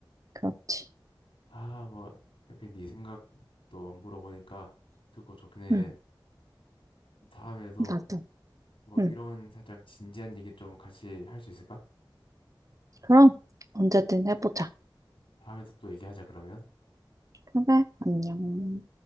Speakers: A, on the right (about 40°); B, on the left (about 85°).
A: 그렇지.
B: 아, 뭐, 이렇게 네 생각도 물어보니까 듣고 좋네.
A: 응,
B: 다음에도
A: 나도.
B: 뭐
A: 응,
B: 이런 살짝 진지한 얘기 좀 같이 할 수 있을까?
A: 그럼 언제든 해보자.
B: 다음에도 또 얘기하자, 그러면.
A: 그래, 안녕.